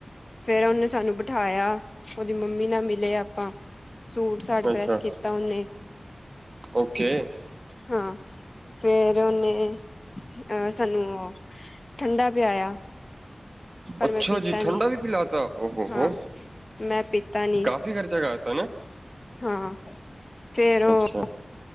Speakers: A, on the left; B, on the right.
A: ਫਿਰ ਉਹਨੇ ਸਾਨੂੰ ਬਿਠਾਇਆ। ਉਹਦੀ ਮੰਮੀ ਨਾਲ ਮਿਲੇ ਆਪਾਂ। ਸੂਟ ਸਾਟ ਪ੍ਰੈਸ
B: ਅੱਛਾ,
A: ਕੀਤਾ ਉਹਨੇ
B: ਓਕੇ।
A: ਹਾਂ, ਫੇਰ ਉਹ ਓਨੇ ਅਹ ਸਾਨੂੰ ਉਹ ਠੰਡਾ ਪਿਆਇਆ। ਪਰ
B: ਅੱਛਾ
A: ਮੈਂ ਪੀਤਾ
B: ਜੀ। ਠੰਡਾ
A: ਨੀ
B: ਵੀ ਪਿਲਾ ਤਾਂ ਉ ਹੋ ਆ
A: ਹਾਂ
B: ਹੋ।
A: ਮੈਂ ਪੀਤਾ ਨੀ
B: ਕਾਫੀ ਖਰਚਾ ਕਰ ਦਿੱਤਾ ਨਾ।
A: ਹਾਂ, ਫੇਰ ਉਹ
B: ਅੱਛਾ।